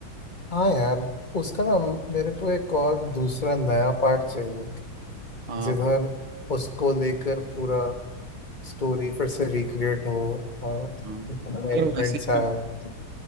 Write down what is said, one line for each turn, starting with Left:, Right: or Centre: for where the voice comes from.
Left: हाँ यार उसका ना मेरे को एक और दूसरा नया पार्ट चाहिए
Right: हाँ
Left: जिधर
Right: आप
Left: उसको लेकर पूरा स्टोरी फिर से रिक्रिएट हो और
Right: हाँ
Left: एलिमेंट्स
Right: अगर वैसे
Left: आए
Right: ही